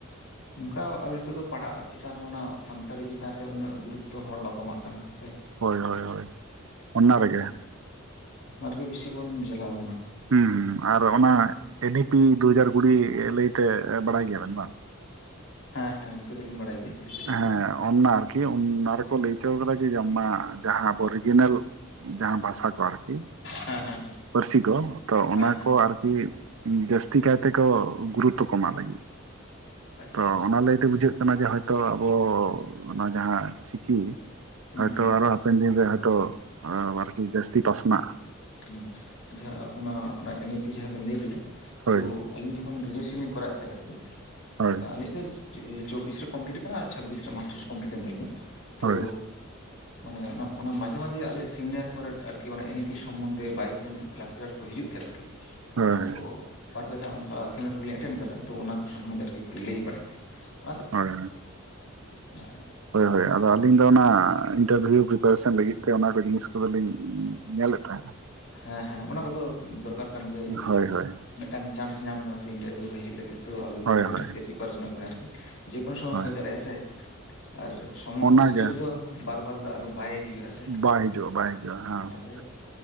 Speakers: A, on the left (about 75°); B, on the right (about 75°).
A: ᱚᱱᱠᱟ ᱟᱫᱚ ᱱᱤᱛᱚᱜ ᱫᱚ ᱯᱟᱲᱦᱟᱜ ᱪᱮᱛᱟᱱ ᱨᱮᱦᱚᱸ ᱚᱱᱟ ᱥᱟᱱᱛᱟᱞᱤ ᱪᱮᱛᱟᱱ ᱨᱮ ᱩᱱᱟᱹᱜ ᱜᱩᱨᱤᱛᱚ ᱦᱚᱲ ᱵᱟᱠᱚ ᱮᱢᱟᱜ ᱠᱟᱱᱟ ᱥᱮ ᱾
B: ᱦᱳᱭ ᱦᱳᱭ ᱦᱳᱭ ᱚᱱᱟ ᱨᱮᱜᱮ ᱾
A: ᱚᱱᱟ ᱨᱮᱜᱮ ᱵᱮᱥᱤ ᱵᱚᱱ ᱡᱟᱞᱟ ᱠᱟᱱᱟ᱾
B: ᱦᱩᱸ ᱟᱨ ᱚᱱᱟ ᱮ ᱰᱤ ᱯᱤ ᱫᱩᱦᱟᱟᱡᱟᱨ ᱠᱩᱲᱤ ᱞᱟᱹᱭᱛᱮ ᱵᱟᱰᱟᱭ ᱜᱮᱭᱟ ᱵᱮᱱ ᱵᱟᱝ?
A: ᱦᱮᱸ ᱦᱮᱸ ᱤᱱᱠᱟᱹ ᱫᱚᱞᱤᱧ ᱵᱟᱰᱟᱭ ᱜᱮᱭᱟ᱾ ᱠᱟᱹᱴᱤᱡ ᱠᱟᱹᱴᱤᱡ
B: ᱦᱮᱸ
A: ᱫᱚ
B: ᱚᱱᱟ ᱟᱨᱠᱤ ᱚᱱᱟ ᱨᱮᱠᱚ ᱞᱟᱹᱭ ᱦᱚᱪᱚ ᱠᱟᱫᱟ ᱡᱮ ᱚᱱᱟ ᱡᱟᱦᱟᱸ ᱟᱵᱚ ᱨᱤᱡᱤᱱᱟᱹᱞ ᱡᱟᱦᱟᱸ ᱵᱷᱟᱥᱟ ᱠᱚ ᱟᱨᱠᱤ
A: ᱦᱮᱸ ᱦᱮᱸ
B: ᱯᱟᱹᱨᱥᱤ ᱠᱚ, ᱛᱚ
A: ᱦᱮᱸ
B: ᱚᱱᱟ
A: ᱦᱮᱸ
B: ᱠᱚ ᱟᱨᱠᱤ ᱡᱟᱹᱥᱛᱤ ᱠᱟᱭ ᱛᱮᱠᱚ ᱜᱩᱨᱩᱛᱛᱚ ᱠᱚ ᱮᱢᱟᱜ ᱞᱟᱹᱜᱤᱫ,
A: ᱟᱪᱪᱷᱟ
B: ᱛᱚ
A: ᱟᱪᱪᱷᱟ
B: ᱚᱱᱟ ᱞᱟᱹᱭ ᱛᱮ ᱵᱩᱡᱷᱟᱹᱜ ᱠᱟᱱᱟ ᱡᱮ ᱦᱚᱭᱛᱳ ᱟᱵᱚᱻ ᱚᱱᱟ ᱡᱟᱦᱟᱸ ᱪᱤᱠᱤ
A: ᱦᱩᱸ
B: ᱦᱚᱭᱛᱚ
A: ᱦᱩᱸ
B: ᱟᱨᱚ ᱦᱟᱯᱮᱱ ᱫᱤᱱ ᱨᱮ ᱦᱚᱭᱛᱚ ᱟᱨᱠᱤ ᱡᱟᱹᱥᱛᱤ ᱯᱟᱥᱱᱟᱜ-ᱟ᱾
A: ᱦᱩᱸ ᱡᱟ ᱚᱱᱟ ᱚᱱᱟ ᱮᱱᱤ ᱯᱤ ᱡᱟᱦᱟᱸ ᱵᱮᱱ ᱞᱟᱹᱭ ᱠᱮᱫᱟ
B: ᱦᱳᱭ
A: ᱛᱳ ᱟᱞᱤᱧ ᱡᱚᱠᱷᱚᱱ ᱜᱨᱮᱡᱩᱭᱮᱥᱚᱱ ᱞᱤᱧ ᱠᱚᱨᱟᱣᱮᱫ ᱛᱟᱦᱮᱸᱜ ᱟᱨᱠᱤ
B: ᱦᱳᱭ
A: ᱟᱹᱞᱤᱧ ᱫᱚ ᱪᱚᱵᱽᱵᱤᱥ ᱨᱮ ᱠᱚᱢᱯᱞᱤᱴ ᱠᱟᱱᱟ ᱟᱨ ᱪᱷᱟᱵᱤᱥ ᱨᱮ ᱢᱟᱥᱴᱟᱨᱥ ᱠᱚᱢᱯᱞᱤᱴ ᱮᱱ ᱛᱟᱞᱤᱧᱟ᱾ ᱛᱳᱻ
B: ᱦᱳᱭ
A: ᱢᱟᱱᱮ ᱚᱱᱟ ᱚᱱᱟ ᱢᱟᱡᱷᱮ ᱢᱟᱡᱷᱮ ᱟᱞᱮ ᱥᱮᱢᱤᱱᱟᱹᱠ ᱠᱚᱨᱮᱫ ᱟᱨᱠᱤ ᱚᱱᱟ ᱮᱱ ᱮ ᱯᱤ ᱥᱚᱢᱵᱚᱱᱫᱷᱮ ᱵᱟᱭᱨᱮ ᱠᱚᱨᱮᱱ ᱞᱟᱹᱠ ᱥᱮᱨ ᱠᱚ ᱦᱤᱡᱩᱜ ᱛᱟᱦᱮᱸ ᱟᱨᱠᱤ
B: ᱦᱳᱭ
A: ᱚᱱᱟ ᱠᱚᱻ ᱵᱟᱨᱯᱮ ᱫᱷᱟᱣ ᱚᱱᱠᱟ ᱥᱮᱢᱤᱱᱟᱨ ᱠᱚᱞᱤᱧ ᱮᱴᱮᱱ ᱠᱟᱫᱟ, ᱛᱚ ᱚᱱᱟ ᱠᱚ ᱥᱚᱢᱚᱱᱫᱷᱮ ᱟᱨᱠᱤᱧ ᱠᱚ ᱞᱟᱹᱭ ᱵᱟᱲᱟᱭ ᱛᱟᱦᱮᱸᱜ ᱾
B: ᱦᱳᱭ
A: ᱦᱩᱸ
B: ᱦᱳᱭ, ᱦᱳᱭ ᱟᱫᱚ ᱟᱹᱞᱤᱧ ᱫᱚ ᱚᱱᱟᱻ ᱤᱱᱴᱟᱨᱵᱷᱤᱭᱩ ᱯᱨᱤᱯᱟᱨᱮᱥᱚᱱ ᱞᱟᱹᱜᱤᱫ ᱛᱮ ᱠᱚ ᱡᱤᱱᱤᱥ ᱠᱚᱫᱚ ᱞᱤᱧᱻ ᱧᱮᱞᱮᱫ ᱛᱟᱦᱮᱸᱱᱟ᱾
A: ᱦᱮᱸ ᱦᱮᱸ ᱚᱱᱟ ᱠᱚᱫᱚ ᱫᱚᱨᱠᱟᱨ ᱠᱟᱱ ᱜᱮᱭᱟ ᱡᱮᱦᱮᱛᱩ
B: ᱦᱳᱭ ᱦᱳᱭ
A: ᱢᱤᱫᱴᱟᱝ ᱪᱟᱱᱥ ᱧᱟᱢ ᱠᱟᱱᱟ ᱥᱮ ᱤᱱᱴᱟᱨᱵᱷᱤᱭᱩ ᱨᱮ ᱦᱤᱡᱩᱜ ᱞᱟᱹᱜᱤᱫ ᱛᱳ ᱟᱹᱵᱤᱱ
B: ᱦᱳᱭ
A: ᱫᱚ ᱵᱷᱟᱹᱜᱤ
B: ᱦᱳᱭ
A: ᱴᱷᱤᱠ ᱛᱮ ᱯᱨᱤᱯᱟᱨᱮᱥᱚᱱᱚᱜ ᱵᱤᱱ ᱟᱨᱠᱤ᱾ ᱡᱮᱠᱳᱱᱳ ᱥᱚᱢᱚᱭ
B: ᱦᱳᱭ
A: ᱦᱩᱭ ᱫᱟᱲᱮᱭᱟᱜᱼᱟ ᱥᱮ, ᱟᱨ ᱥᱚᱢᱚ
B: ᱚᱱᱟᱜᱮ
A: ᱥᱩᱡᱳᱜᱽ ᱫᱚ ᱵᱟᱨ ᱵᱟᱨ ᱫᱚ ᱟᱨ ᱵᱟᱭ ᱦᱤᱡᱩᱜ-ᱟ ᱥᱮ
B: ᱵᱟᱭ ᱦᱤᱡᱩᱜᱼᱟ ᱵᱟᱭ ᱦᱤᱡᱩᱜᱼᱟ ᱦᱮᱸ
A: ᱚᱱᱟᱛᱮᱻ